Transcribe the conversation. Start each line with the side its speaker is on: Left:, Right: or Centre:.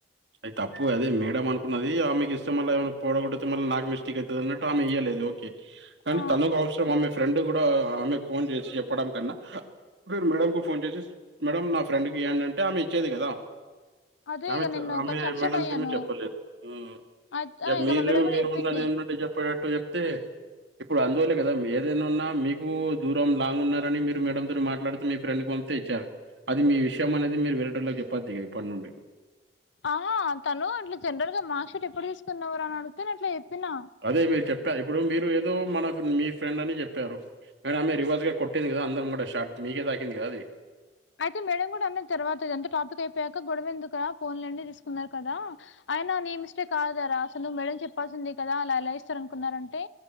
Right: అయై తప్పు అదే మేడం అనుకున్నది. ఆమెకి ఇస్తే మళ్ళా ఏవన్నా పొడగోటు తు మళ్ళా నాక్ మిస్టేక్ అయితది అన్నట్టు ఆమె ఇయ్యలేదు. ఓకే కానీ
Left: ఆ
Right: తనకు అవసరం ఆమె తుగూడా ఆమెక్ ఫోన్ జేచి చెప్పడం కన్నా మీరు మేడంకు ఫోన్ జేసిస్, మేడం నా ఫ్రెండ్కి ఇయండి అంటే ఆమె ఇచ్చేది గదా.
Left: అదే
Right: నావిత్
Left: ఇక నేను
Right: ఆమె
Left: కొంచెం అప్సెట్
Right: మేడంకి
Left: అయ్యాను
Right: ఏమో చెప్పలేదు ఉ
Left: అయితే
Right: యా
Left: ఇక
Right: మీరు
Left: మా మేడం కూడా
Right: మీరు
Left: చెప్పింది
Right: ఉన్నది ఉన్నట్టు జెపాడాట్ టూ జేప్తే ఇప్పుడు అందువల్లే గదా మీ ఏదేనా ఉన్నా మీకు దూరం లాంగ్ ఉన్నారని, మీరు మేడంతోరు మాట్లాడుతే మీ ఫ్రెండ్ పంపితే ఇచ్చారు. అది మీ విషయం అనేది మీరు విరటలో చెప్పొద్ది ఇగా ఇప్పడ్ నుండి
Left: ఆహా తను ఇట్లా జనరల్ గా మార్క్ షీట్ ఎప్పుడు తీసుకున్నవరా అని అడుగుతే నేన్ ఇట్లా ఏప్పినా.
Right: అదే మీర్ చెప్పార్ ఇప్పుడు మీరు ఏదో మనఫ్ మీ ఫ్రెండ్ అని చెప్పారు. కానీ ఆమె రివర్స్ గా కొట్టేది గదా అందర్ ముంగట షార్ట్ మీకే తాకింది గా అది.
Left: అయితే మేడం గుడా అన్నది. తర్వాత ఇదంతా టాపిక్ అయిపోయాక గొడవ ఎందుకురా పోన్ లేండి దిసుకున్నారు కదా. అయినా నీ మిస్టేక్ కాదరా అసలువ్ మేడం చెప్పాల్సింది కదా అలా ఎలా ఇస్తారు అనుకున్నారంటే